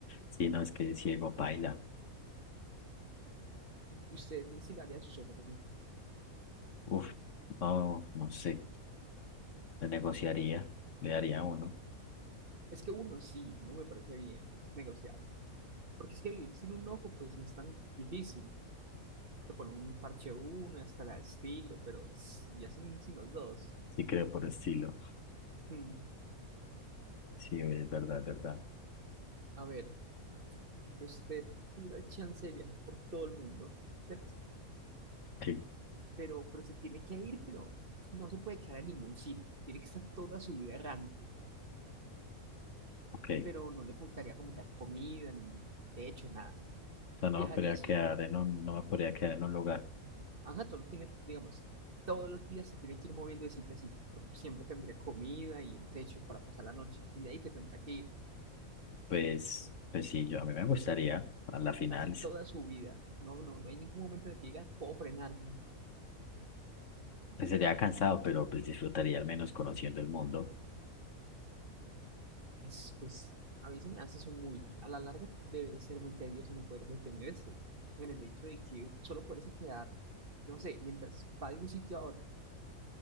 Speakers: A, on the left (about 60°); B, on the right (about 40°).
A: Si no, es que ciego baila.
B: ¿Y usted si le haría sus ojos? ok?
A: Uf, no, no sé. Se negociaría, le daría uno.
B: Es que uno sí, uno me parece bien, es negociable. Porque es que vivir sin un ojo, pues no es tan difícil. Te ponen un parche uno, hasta la estilo, pero s- ya sin, sin los dos.
A: Sí, creo por estilo.
B: Hmm,
A: Sí, es verdad, es verdad.
B: A ver, que usted tuviera el chance de viajar por todo el mundo, ¿cierto?
A: Sí,
B: Pero, pero se tiene que ir, pero no se puede quedar en ningún sitio. Tiene que estar toda su vida errante.
A: ok. O
B: Pero no le faltaría como tal comida, ni, ni techo, nada.
A: sea, no
B: Viajaría
A: me podría
B: así.
A: quedar en un, no me podría quedar en un lugar.
B: Ajá, todo tiene, digamos, todos los días se tiene que ir moviendo de sitio a sitio, pero siempre tendría comida y un techo para pasar la noche, y de ahí te tendrá que ir
A: Pues, pues sí, yo a mí me gustaría, a la final,
B: casi
A: s-
B: toda su vida. No, no, no hay ningún momento en el que digas, puedo frenar, no.
A: pues sería cansado, pero pues disfrutaría al menos conociendo el mundo.
B: Es, pues, a veces me hace eso muy, a la larga debe ser muy tedioso no poder detenerse, en el hecho de que solo poderse quedar, no sé, mientras va de un sitio a otro.